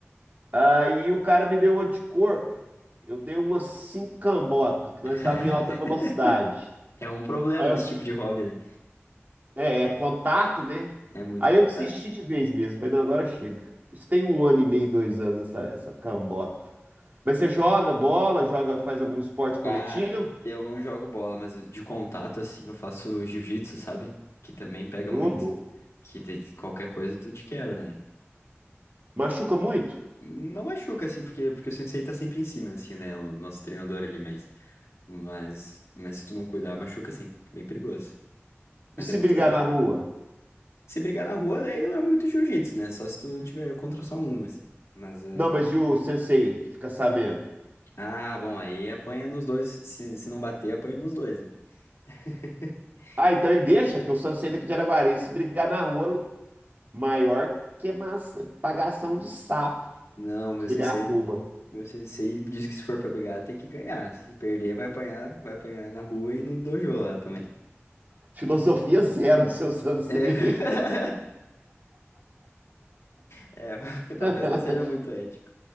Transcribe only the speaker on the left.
<laughs>
É um problema
desse
tipo de hobby, né?
É muito
contato.
Cara, eu não jogo bola, mas de contato, assim, eu faço jiu-jitsu, sabe? Que também pega
muito.
Que te- qualquer coisa tu te quebra, né?
Não machuca, assim, porque, porque o sensei tá sempre em cima, assim, né? O nosso treinador ali, mas. Mas, mas se tu não cuidar, machuca, sim. Bem perigoso. Mas
é muito
legal.
Se brigar na rua, daí não é muito jiu-jitsu, né? Só se tu tiver contra só um, assim. Mas. eh,
Ah, bom, aí apanha nos dois. Se, se não bater, apanha nos dois, né? <laughs>
Não, meu
sensei.
Meu sensei diz que se for pra brigar, tem que ganhar. Se perder, vai apanhar, vai apanhar na rua e no dojo lá também.
É, <laughs> é <laughs> talvez
não seja muito ético.